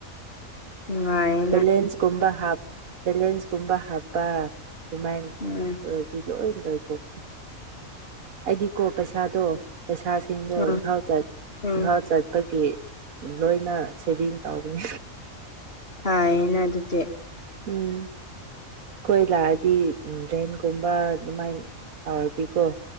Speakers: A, on the left (about 45°); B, on the right (about 80°).
A: ꯅꯨꯡꯉꯥꯏ
B: ꯕꯦꯂꯦꯟꯁ ꯀꯨꯝꯕ ꯍꯥꯞ ꯕꯦꯂꯦꯟꯁ ꯀꯨꯝꯕ ꯍꯥꯞꯄ ꯑꯗꯨꯃꯥꯏꯟ
A: ꯎꯝ
B: ꯑꯗꯨꯏꯗꯣ <unintelligible> ꯂꯣꯏꯊꯣꯛ ꯑꯩꯗꯤꯀꯣ ꯄꯩꯁꯥꯗꯣ ꯄꯩꯁꯥꯁꯤꯡꯗꯣ
A: ꯎꯝ
B: ꯏꯝꯐꯥꯜ ꯆꯠ
A: ꯎꯝ
B: ꯏꯝꯐꯥꯜ ꯆꯠꯄꯒꯤ ꯂꯣꯏꯅ ꯁꯦꯚꯤꯡ ꯇꯧꯅꯤ
A: ꯐꯩꯅ ꯑꯗꯨꯗꯤ
B: ꯎꯝ ꯑꯩꯈꯣꯏ ꯂꯥꯛꯑꯗꯤ ꯗ꯭ꯔꯦꯟꯒꯨꯝꯕ ꯑꯗꯨꯃꯥꯏꯟ ꯍꯥꯎꯔꯗꯤꯀꯣ